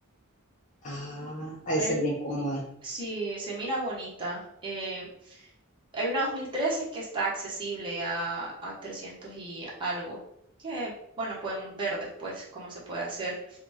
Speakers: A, on the left; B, on the right.
A: Ah, ha de
B: Hay
A: ser
B: un-
A: bien cómoda.
B: sí, se mira bonita. Eh, hay una 2013 que está accesible a, a 300 y algo. Que, bueno, podemos ver después cómo se puede hacer.